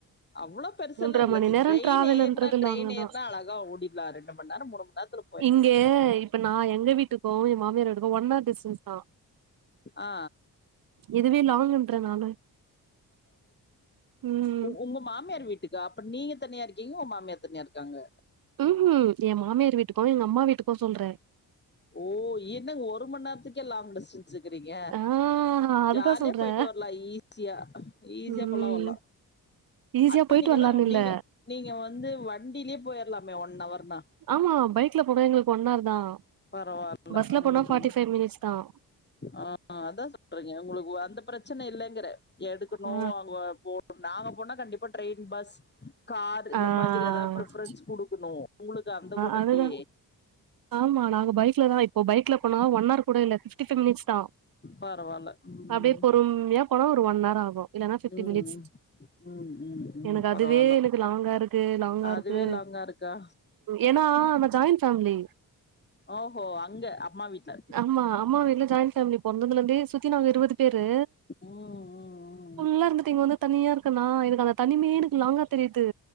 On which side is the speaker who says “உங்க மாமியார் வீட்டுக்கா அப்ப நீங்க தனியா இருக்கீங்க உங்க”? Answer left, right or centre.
Left